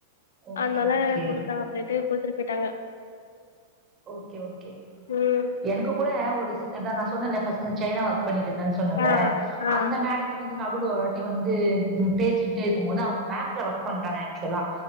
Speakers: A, on the right; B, on the left.
A: ஓகே
B: அதனால
A: ஓகே
B: கொடுத்தாங்க அப்டின்ட்டு குடுத்துட்டு போயிட்டாங்க
A: ஓகே ஓகே.
B: ம்
A: எனக்கு கூட ஒரு ஸ் அதா நா சொ சொன்ன இல்ல ஃப்ரஸ்ட் இந்த சைனா வா இருக் பண்ணிட்டு இருந்தே சொன்னல
B: ஆ ஆ
A: அந்த மேடமே வந்து நா டுல ஒருட்டி வந்து பேசிட்டே இருக்கு போது அவங்க பேங்க்ல ஒர்க் பண்றாங்க. ஆக்சுவலா